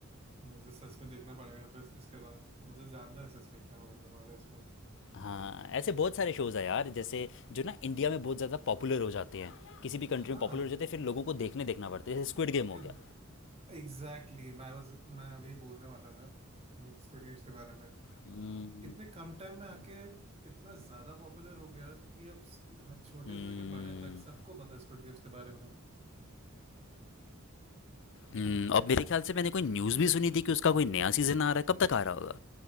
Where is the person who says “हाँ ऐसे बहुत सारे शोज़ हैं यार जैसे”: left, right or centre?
Left